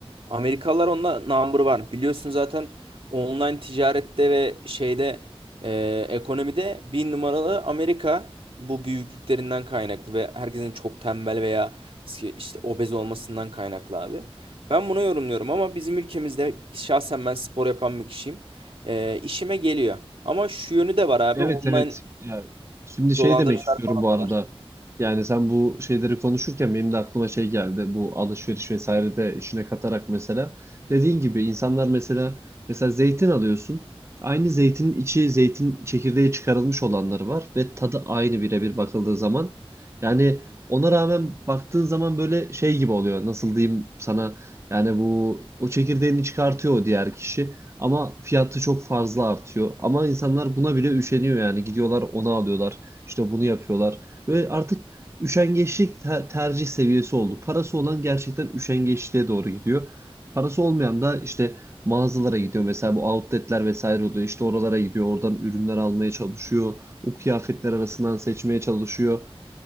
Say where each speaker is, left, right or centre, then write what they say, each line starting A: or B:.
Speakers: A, on the right (about 65°); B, on the right (about 25°).
A: Amerikalılar onda number var. Biliyorsun zaten online ticarette ve şeyde e, ekonomide bir numaralı Amerika bu büyüklüklerinden kaynaklı ve herkesin çok tembel veya işte işte obez olmasından kaynaklı abi. Ben bunu yorumluyorum ama bizim ülkemizde şahsen ben spor yapan bir kişiyim. E, işime geliyor. Ama şu yönü de var abi
B: Evet
A: online
B: evet. Ya, şimdi şey
A: dolandırıcılar
B: demek istiyorum
A: falan
B: bu arada.
A: da var.
B: Yani sen bu şeyleri konuşurken benim de aklıma şey geldi. Bu alışveriş vesaire de işine katarak mesela. Dediğin gibi insanlar mesela mesela zeytin alıyorsun. Aynı zeytinin içi zeytin çekirdeği çıkarılmış olanları var ve tadı aynı birebir bakıldığı zaman. Yani ona rağmen baktığın zaman böyle şey gibi oluyor. Nasıl diyeyim sana? Yani bu o çekirdeğini çıkartıyor o diğer kişi. Ama fiyatı çok fazla artıyor. Ama insanlar buna bile üşeniyor yani. Gidiyorlar onu alıyorlar. İşte bunu yapıyorlar. Ve artık üşengeçlik te- tercih seviyesi oldu. Parası olan gerçekten üşengeçliğe doğru gidiyor. Parası olmayan da işte mağazalara gidiyor. Mesela bu outletler vesaire oluyor. İşte oralara gidiyor. Oradan ürünler almaya çalışıyor. O kıyafetler arasından seçmeye çalışıyor.